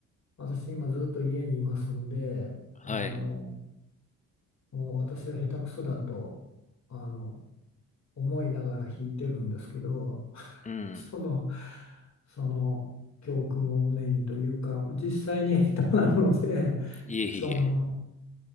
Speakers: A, on the left; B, on the left.
A: 私今ずっと家にいますんで、
B: はい。
A: あの、もう私は下手くそだとあの思いながら弾いてるんですけど <laughs>
B: うん。
A: そのその教訓を胸にというか実際に下手なので
B: いえいえ。
A: その